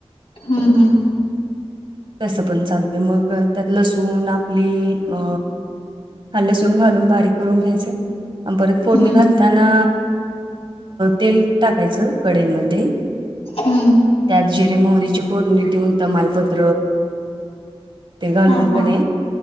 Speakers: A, on the left; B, on the right.
A: हम् हम.
B: तसं पण चालते मग त्यात लसून आपली अ. हा लसूण घालून बारीक करून घ्यायचे परत फोडणी
A: हम्म
B: घालताना तेल टाकायचं कढमध्ये
A: हम्म
B: त्यात जिरे मोरीचेची पोडणी देऊन तमालपत ते घालून
A: हा हा
B: त्या